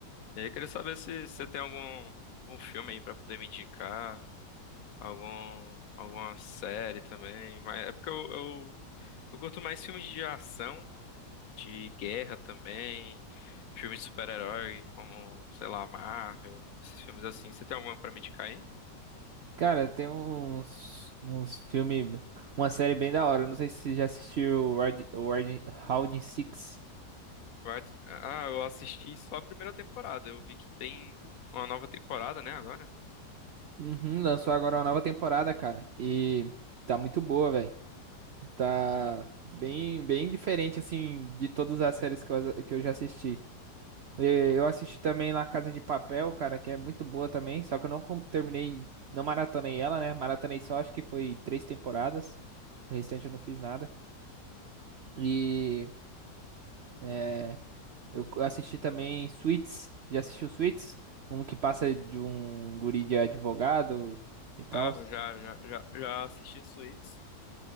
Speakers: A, on the left; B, on the right.
A: E aí eu queria saber se você tem algum, algum filme aí pra poder me indicar, algum, alguma série também. Mas é porque eu, eu, eu curto mais filmes de ação, de guerra também, filmes de super-herói, como, sei lá, Marvel, esses filmes assim. Você tem alguma pra me indicar aí?
B: Cara, tem uns, uns filmes, uma série bem da hora. Eu Não sei se você já assistiu Ward- Ward- Round Six.
A: What- Ah, eu assisti só a primeira temporada. Eu vi que tem uma nova temporada, né, agora?
B: Uhum, lançou agora uma nova temporada, cara. E tá muito boa, velho. Tá bem, bem diferente, assim, de todas as séries que eu, que eu já assisti. E
A: Sim.
B: Eu assisti também La Casa de Papel, cara, que é muito boa também. Só que eu não com- terminei, não maratonei ela, né? Maratonei só, acho que foi três temporadas. O restante eu não fiz nada. E. É, eu assisti também Suits. Já assistiu Suits? Um que passa de um guri de advogado e tal.
A: Ah, eu já, já, já, já assisti Suits.